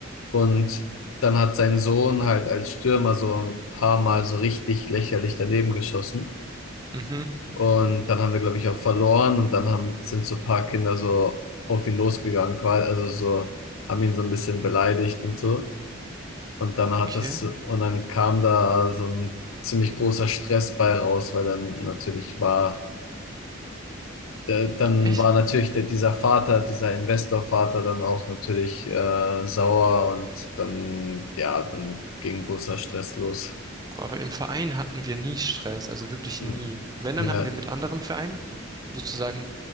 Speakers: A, on the left; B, on the right.
A: Und dann hat sein Sohn halt als Stürmer so ein paar Mal so richtig lächerlich daneben geschossen.
B: mhm,
A: Und dann haben wir, glaube ich, auch verloren. Und dann haben, sind so ein paar Kinder so auf ihn losgegangen, quasi, also so, haben ihn so ein bisschen beleidigt und so. Und dann hat
B: okay.
A: das, und dann kam da so ein ziemlich großer Stress bei raus, weil dann natürlich war, äh, dann
B: Echt?
A: war natürlich der, dieser Vater, dieser Investorvater dann auch natürlich äh, sauer und dann, ja, dann ging großer Stress los.
B: Boah, aber im Verein hatten wir nie Stress, also wirklich
A: Hm.
B: nie. Wenn, dann
A: Ja,
B: hatten wir mit anderen Vereinen sozusagen